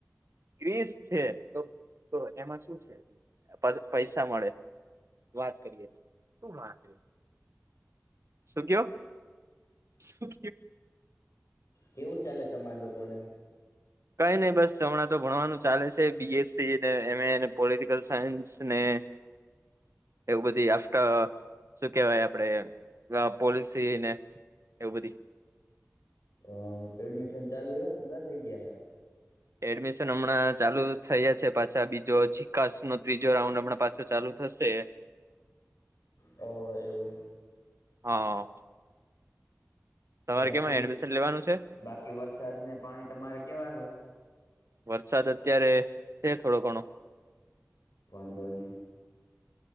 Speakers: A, on the right; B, on the left.
A: ગ્રીસ છે તો તો એમાં શું છે. પૈસા મળે વાત કરીએ તો શું વાત શું કયો શું
B: કેવું ચાલે તમારા લોકોને.
A: કઈ નહી બસ હમણાં તો ભણવાનું ચાલે છે બીએસસી ને એમ એને પોલિટિકલ સાયન્સ ને <inaudible> એવું બધી આફ્ટર શું કેહેવાય આપડે પોલસીને એવું બધ
B: હ એડમિશન ચાલુ હ પૂરા થઈ ગયા હે.
A: એડમિશન હમણાં ચાલુ થયા છે પાછા બીજો જીકાસ નો ત્રીજો રાઉન્ડ હમણાં પાછો ચાલુ થશે.
B: ઓ એવું.
A: હા તમારે
B: <unintelligible> બાકી
A: કેમાં એડમિશન લેવાનું છે
B: બાકી વરસાદ ને પાણી તમારે કેવા હ
A: વરસાદ અત્યારે છે થોડો ઘણો
B: વાંધો નઈ.